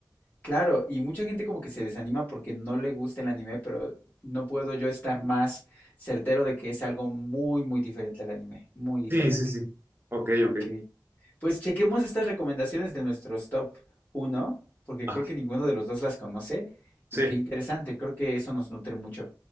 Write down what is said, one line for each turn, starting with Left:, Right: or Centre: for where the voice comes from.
Left: Claro, y mucha gente como que se desanima porque no le gusta el anime, pero no puedo yo estar más certero de que es algo muy, muy diferente al anime, muy diferente.
Right: Sí, sí, sí. Ok,
Left: Ok.
Right: ok.
Left: Pues chequemos estas recomendaciones de nuestros top uno, porque
Right: Ah,
Left: creo que ninguno de los dos las conoce
Right: sí.
Left: y qué interesante, creo que eso nos nutre mucho.